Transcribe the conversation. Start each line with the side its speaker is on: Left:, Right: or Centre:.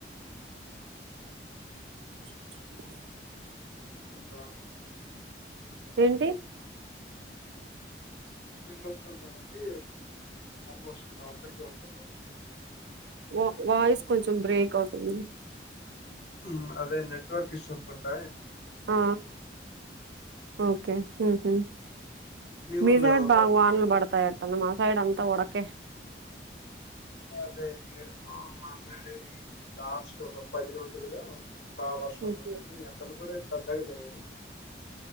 Left: <inaudible>
Right: <inaudible>
Left: <inaudible>
Right: ఏంటి <inaudible>
Left: వస్తారు కాబట్టి ఆల్మోస్ట్ నా ఒక్కడికే ఉంటది
Right: వా వాయిస్ కొంచెం బ్రేక్ అవుతుంది
Left: ఉమ్ అదే నెట్వర్క్ ఇష్యూ స్ ఉంటాయి
Right: ఆ ఓకే హు హు మీ
Left: ఊర్లో
Right: సైడ్
Left: ఏమైనా
Right: బాగా
Left: పడుతున్నాయా
Right: వానలు పడతాయట్టుంది మా సైడ్ అంతా ఉడకే
Left: అదే మాసైడ్ ఈ లాస్ట్ ఒక పది రోజులుగా బా వర్షం
Right: హుహు.
Left: పతుంది ఎండలు కూడా ఏం పెద్దగా లేవు